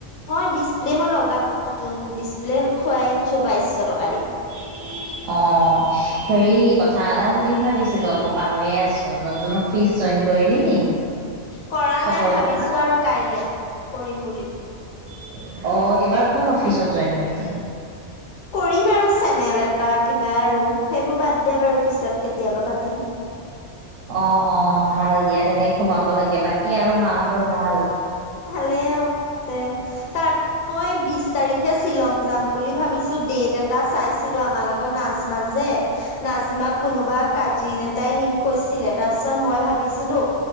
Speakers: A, on the left; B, on the right.
A: হয়, ডিছপ্লে মই লগায নতুন ডিছপ্লে' খুৱাই আনছোঁ বাইছশ টকা দি।
B: <unintelligible> অঁ। হেৰি কথা এটা সুধিম বুলি ভাবিছিলোঁ আকৌ পাহৰিয়ে আছো নতুনক- ফিচ জইন কৰিলি নি?
A: কৰা
B: খবৰটো
A: নাই ভাবিছো
B: পা
A: আৰু কাইলে কৰিম বুলি।
B: অ', এইবাৰ কোন অফিচত জইন কৰিলে?
A: কৰিম আৰু চেনেল এটা কিবা আৰু সেইবোৰ বাদ দে বাৰু, পিছত- কেতিয়াবা পাতিম।
B: অঁহ ', -অঁহ', - ভাল দিয়া, তেনেকে সোমাব লাগে। বাকী আৰু মাহঁতৰ ভাল?
A: ভালেই আৰু তাৰপিছ মই বিশ তাৰিখ! সেই শ্বিলং যাম বুলি ভাবিছোঁ ডেইট এটা! এটা চাইছিলো আমাৰ লগত নাজমা যে নাজমাক কোনোবা কাজিন এতাই নিম! কৈছিলে, তাৰপিছত মই ভাবিছিলো